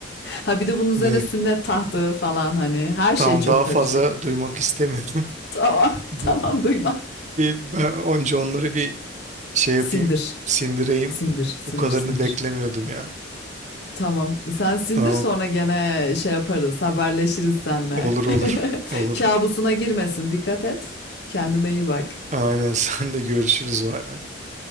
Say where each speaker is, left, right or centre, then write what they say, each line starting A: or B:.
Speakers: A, on the left; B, on the right.
A: Ha bir de bunun üzerine
B: ne?
A: sünnet tahtı falan hani her
B: Tamam
A: şey çok
B: daha
A: karışık.
B: fazla duymak istemiyorum.
A: Tamam,
B: <laughs>
A: <laughs>
B: Bu
A: tamam duyma.
B: Bir ben önce onları bir şey yapayım,
A: Sindir,
B: sindireyim.
A: sindir, sindir,
B: Bu kadarını
A: sindir.
B: beklemiyordum ya.
A: Tamam. Sen sindir
B: Tamam.
A: sonra gene şey yaparız, haberleşiriz senle.
B: Olur olur.
A: <laughs>
B: Olur.
A: Kabusuna girmesin, dikkat et. Kendine iyi bak.
B: Aynen <laughs> sen de görüşürüz. Vay.